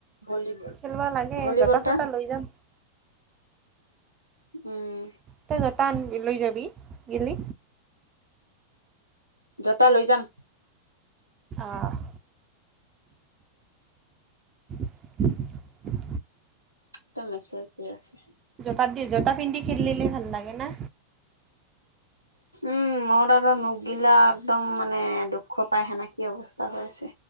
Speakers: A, on the left; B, on the right.
A: ভলীবল
B: খেলোৱা লাগে
A: ভলীবলটা
B: যত তত লৈ যাম।
A: উম,
B: তই যতা আন লৈ যাবি গিলি
A: জতা লৈ যাম।
B: অহ ', <inaudible>
A: এটা মেছেজ দি আছে।
B: তাত দি জোতা পিন্ধি খেলিলিলে ভাল লাগে না।
A: উম, ম তাৰ নখগিলা একদম মানে দুখ পায় সেনাকি অৱস্থা হৈ আছে